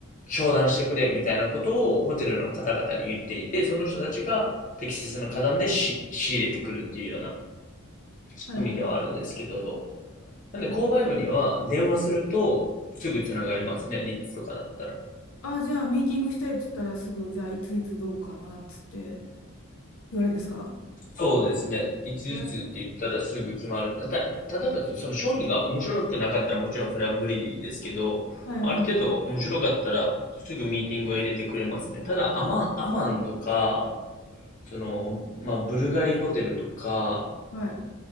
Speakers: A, on the left (about 40°); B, on the left (about 85°).
A: 商談してくれみたいなことをホテルの方々に言っていて、その人たちが適切な価段で仕入れてくるっていうような仕組みではあるんですけど、
B: はいはい。
A: なんで購買部には電話するとすぐつながりますね、
B: はい。
A: リッツとかだったら。
B: あ、じゃあ、ミーティングしたいっつったらすぐ、じゃあ、いついつどうかなっつって言われるんですか
A: そうですね。いついつって言ったらすぐ決まる。
B: え
A: た、例えばその商品が面白くなかったらもちろんそれは無理ですけど、
B: はいはい。
A: ある程度面白かったらすぐミーティングは入れてくれますね。ただアマン、アマンとか、その、まあ、ブルガリホテルとか、
B: はい。